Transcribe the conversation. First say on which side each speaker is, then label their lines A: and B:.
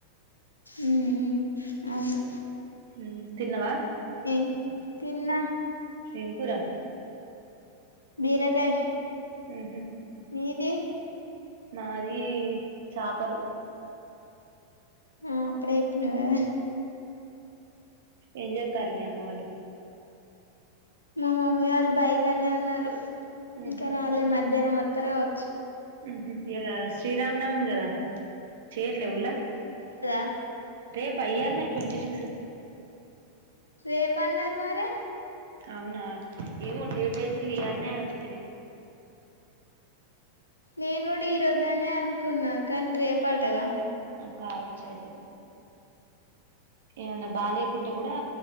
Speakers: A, on the left (about 85°); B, on the right (about 60°).
A: ఉమ్ ఉమ్ అవును
B: ఉమ్ తిన్నవా
A: ఏం తిన్నా
B: ఏం కూర
A: బీరకాయ్
B: ఉహు
A: మీది
B: మాది చాపలు
A: ఆ అప్పుడే చేప్పినవ్ కదా
B: ఏంజేత్ తారు మీ అమ్మ వాళ్ళు
A: మా మమ్మీ వాళ్ళు బాయ్కాన్నే ఉన్నారు
B: ఉహు
A: ఇంకా రాలే మధ్యానం ఒత్తారు కావచ్చు
B: ఉహు ఇయాల శ్రీరామనవమి కదా చేయట్లేవుల్లా
A: అ
B: రేపా ఇయ్యాలనే ట్వంటీ సిక్స్
A: రేపు అన్నారు మరి
B: అవునా ఏమో డేట్ అయితే లియాలనే అని వచ్చింది
A: నేను కూడు ఈరోజనే అనుకున్నా కానీ రేపాటగా
B: కావచ్చు అయితే ఏమన్నా బా లేకుంటే కూడా